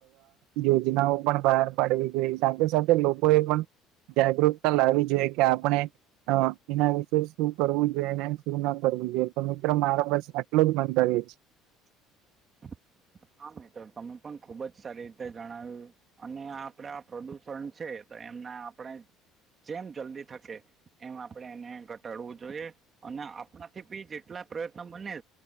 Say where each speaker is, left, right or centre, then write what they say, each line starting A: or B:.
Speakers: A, on the right; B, on the right.
A: યોજનાઓ પણ બહાર પાડવી જોઈ સાથે સાથે લોકો એ પણ જાગૃતતા લાવવી જોઈએ કે આપણે અ એના વિશે શું કરવું જોઈએ ને શું ના કરવું જોઈએ તો મિત્ર મારા બસે આટલો જ બંધાવએ છે
B: <inaudible> હા મિત્રો તમે પણ ખુબ જ સારી રીતે જણાવ્યું અને આપડે આ પ્રદુષણ છે તો એમના આપણે જેમ જલ્દી થકે એમ આપડણે એને ઘટાડવું જોઈએ અને આપણાથી બી જેટલા પ્રયત્ન બને